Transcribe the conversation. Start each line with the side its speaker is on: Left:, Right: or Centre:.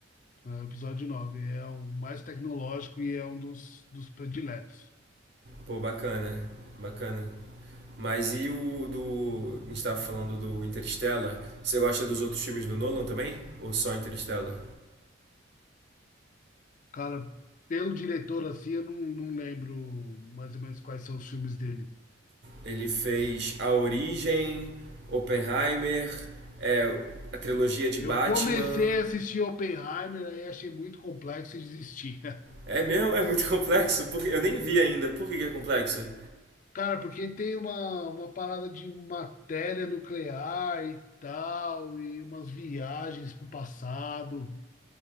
Left: É o episódio nove É o mais tecnológico e é um dos, dos prediletos.
Right: Pô, bacana. Bacana. Mas e o do. A gente tava falando do Interstellar. Você gosta dos outros filmes do Nolan também? Ou só Interstellar?
Left: Cara, pelo diretor assim, eu não, não lembro mais ou menos quais são os filmes dele.
Right: Ele fez A Origem, Oppenheimer, é, a trilogia de
Left: Eu
Right: Batman.
Left: comecei a assistir Oppenheimer, aí achei muito complexo e desisti.
Right: É mesmo? É muito <laughs> complexo? Porque eu nem vi ainda. Por que que é complexo?
Left: <laughs> Cara, porque tem uma, uma parada de matéria nuclear e tal, e umas viagens pro passado.